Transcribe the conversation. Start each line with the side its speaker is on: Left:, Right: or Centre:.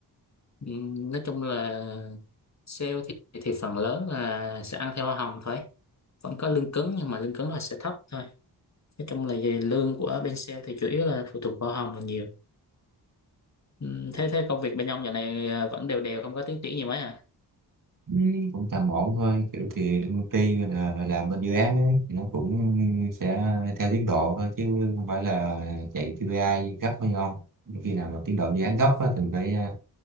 Left: Ừ. nói chung là sale thì thì phần lớn là sẽ ăn theo hoa hồng thôi vẫn có lương cứng nhưng mà lương cứng nó sẽ thấp thôi nói chung là về lương của bên sale thì chủ yếu là phụ thuộc vào hoa hồng là nhiều ừ. thế thế công việc bên ông giờ này à, vẫn đều đều không có tiến triển gì mấy à
Right: Ừ. Cũng tầm ổn thôi. Kiểu thì công ty là làm bên dự án ấy, thì nó cũng sẽ theo tiến độ thôi chứ không phải là chạy KPI gấp hay không. Khi nào mà tiến độ dự
Left: ừ.
Right: án gấp á, thì phải à,